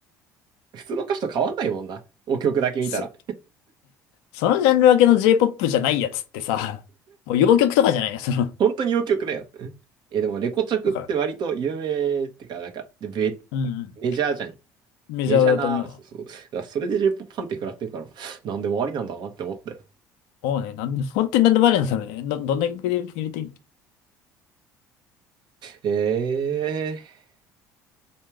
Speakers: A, on the right; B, on the left.
A: 普通の歌詞と変わんないもんな。お曲だけ見たら。
B: そ、そのジャンル分けの J-POP じゃないやつってさ、<laughs> もう洋曲とかじゃないよ、その、
A: 本当にお曲だよ。え、でも、レコチョクって割と有名ってか、
B: とか
A: なんか、でベ
B: うん、
A: メジャーじゃん。
B: うん。メジャーだと思う。
A: メジャーな、そうそう。だからそれで10パンって食らってるから、なんでもありなんだなって思って。
B: もうね、なんで、本当になんでもあるんだろうね。ど、どんな曲で入れていい
A: ええー